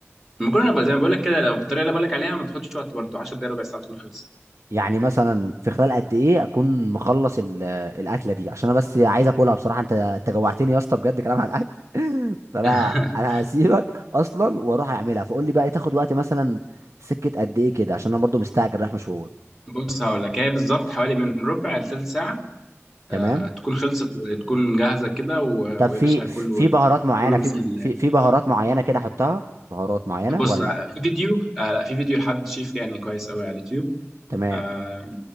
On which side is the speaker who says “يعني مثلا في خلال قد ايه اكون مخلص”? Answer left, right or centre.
Right